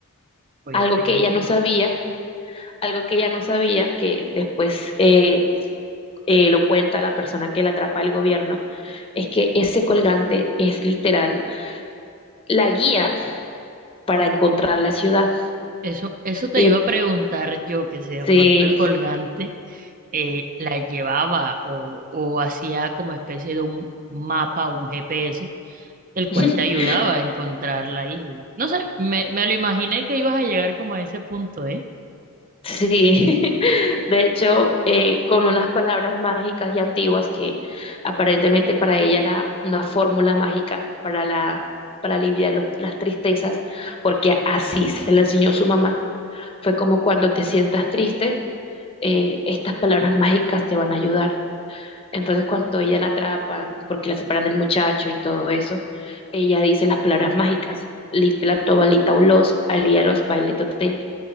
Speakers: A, on the right (about 40°); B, on the left (about 25°).
A: obviamente.
B: Algo que ella no sabía, algo que ella no sabía, que después eh, eh, lo cuenta la persona que la atrapa el gobierno, es que ese colgante es literal la guía para encontrar la ciudad.
A: Eso, eso te
B: Ella
A: iba a preguntar yo, que si de
B: Sí,
A: pronto el colgante eh, la llevaba o, o hacía como especie de un mapa, un GPS, el
B: <laughs>
A: cual te ayudaba a encontrar la isla. No sé, me, me lo imaginé que ibas a llegar como a ese punto, ¿eh?
B: sí. <laughs> De hecho, eh, con unas palabras mágicas y antiguas que aparentemente para ella era una fórmula mágica para la, para aliviar los- las tristezas, porque así se la enseñó su mamá. Fue como cuando te sientas triste, eh, estas palabras mágicas te van a ayudar. Entonces cuando ella la atrapan, porque la separan del muchacho y todo eso, ella dice las palabras mágicas, "Lit- la tobalita ulos, alía los baile totel.